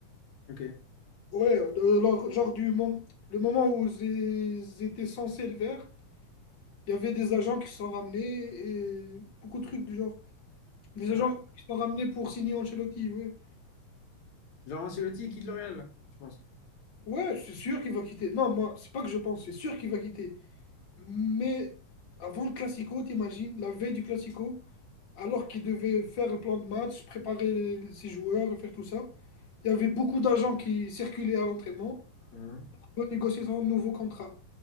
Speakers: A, on the left; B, on the left.
A: Ok.
B: Ouais, euh, alors, genre du moment, le moment où j'ai- j'étais censé le faire, il y avait des agents qui se sont ramenés et beaucoup de trucs du genre. Des
A: Hein
B: agents qui se sont ramenés pour signer Ancelotti, ouais.
A: Genre Ancelotti, il quitte le Real, là, je pense.
B: Ouais, c'est sûr qu'il va quitter. Non, moi, c'est pas que je pense, c'est sûr qu'il va quitter. Mais avant le Classico, t'imagines, la veille du Classico, alors qu'il devait faire le plan de match, préparer ses joueurs, et faire tout ça, il y avait beaucoup d'agents qui circulaient à l'entraînement
A: Hein
B: pour négocier son nouveau contrat.